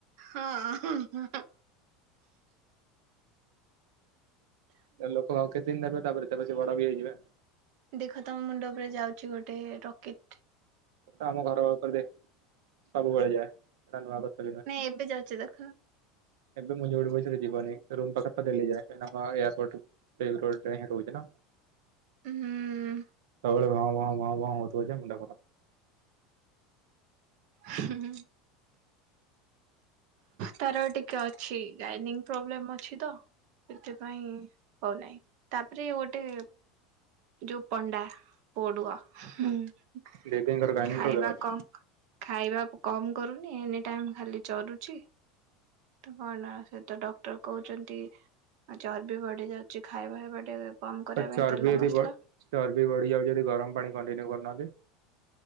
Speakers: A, on the right; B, on the right.
A: ହଁ-ଅଁ <unintelligible>
B: ଲୋକ ଆଉ କେତେ ଦିନ୍ ନେବେ ତାପରେ ତବେ ସେ ବଡ ବି ହେଇଯିବେ।
A: ଦେଖ ତମ ମୁଣ୍ଡ ଉପରେ ଯାଉଛି ଗୋଟେ ରକେଟ୍।
B: ତ ଆମ ଘର ପାଖରେ ଯାଏ, ସବୁବେଳେ ଯାଏ। <unintelligible>
A: ନାଇଁ ଏବେ ଯାଉଛି ଦେଖ
B: ମୁ ଯୋଉଠି କହୁଚି ଯିବନି ରୁମ୍ ପାଖରେତ ଡେଲି ଯାଏ, ଏ ଆମ ଏୟପୋର୍ଟ। ଏ କଲ୍ ଟା ଆଜ୍ଞା ରହୁଛି ନା।
A: ହୁଁ -ଉଁ-ଉ
B: ସବେଳେ ଭଁ- ଭଁ -ଭଁ-ଭଁ-ଭଁ ହଉଥିବ ଯେ ମୁଣ୍ଡ ଖରାପ୍।
A: ହୁଁ -ହୁଁ। ତାର ଟିକେ ଅଛି ଗାଇନି ପ୍ରୋବ୍ଲେମ୍ ଅଛି ତ, ସେଥିପାଇଁ ହଉ ନାଇଁ, ତାପରେ ଗୋଟେ ଯୋଉ ପଣ୍ଡା ପଡୁଆ ହୁଁ -ଉଁ
B: ଦିଦିଙ୍କର ଗାଇନିଙ୍ଗ
A: ଖାଇବା
B: ପ୍ରୋବ୍ଲେମ ଅଛି
A: କମ୍ ଖାଇବା କମ୍ କରୁନି ଏନି ଟାଇମ୍ ଖାଲି ଚରୁଚ୍ ଛି ତ କଣ ସେତ ଡକ୍ଟର କହୁଛନ୍ତି। ଆଉ ଚର୍ ବି ବଢି ଯାଉଛି ଖାଇବା ହେବା ଟିକେ କମ୍ କରିବା
B: ତ ଚର୍ବି
A: ପାଇଁ ତେଲ
B: ଯଦି
A: ମସଲା।
B: ବ ଚର୍ବି ବଢିଯାଉଛି ଯଦି ଗରମ୍ ପାଣି କଣ୍ଟିନ୍ୟୁ କରୁନାହାନ୍ତି।